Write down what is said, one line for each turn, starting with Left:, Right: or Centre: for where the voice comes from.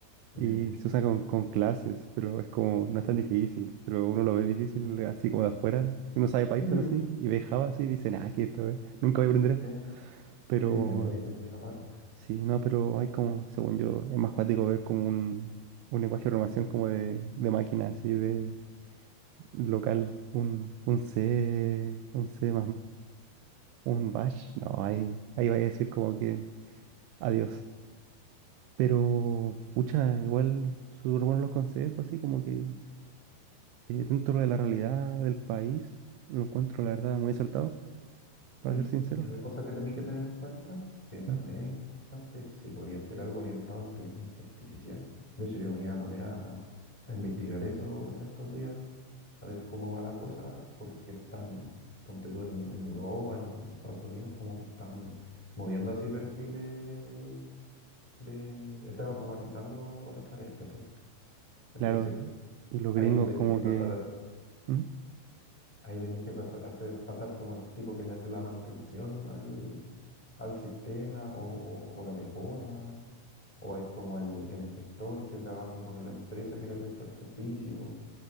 Right: Y
Left: Ya.
Right: se usa con, con clases, pero es como, no es tan difícil, pero uno lo ve difícil así como de afuera. Uno sabe Python
Left: Muy bueno.
Right: así y ve Java así y dice, nada, que esto es, nunca voy a aprender esto.
Left: Sí.
Right: Pero
Left: Sí, es, me- es medio raro.
Right: sí, no, pero hay como, según yo, es más cuático ver como un, un lenguaje de programación como de, de máquina, así de local, un, un C, un C++, un Bash. No, ahí, ahí vaya a decir como que adiós. Pero, pucha, igual súper buenos los consejos, así como que eh, dentro de la realidad del país, lo encuentro, la verdad, muy acertado, para
Left: Y,
Right: ser sincero.
Left: y otra cosa que tenéis que tener en cuenta, que también
Right: ¿Mm?
Left: es importante, si podía ser algo orientado a inteligencia artificial. De hecho, yo me iba a poner a, a- a investigar eso en estos días, a ver cómo va la cosa, porque están, ponte tú en, en Europa, en Estados Unidos, como que están moviendo así perfiles de... Están automatizando otras tareas, ¿cachai? Entonces,
Right: Claro, eh, y los gringos
Left: ahí tú tenés
Right: como
Left: que pasar
Right: que,
Left: a,
Right: ¿Mm?
Left: Ahí tenéis que pasa- hacer pasar como el tipo que le hace la mantención al, al sistema o, o- o lo mejora, o es como el, el gestor que trabaja con la empresa que le presta el servicio.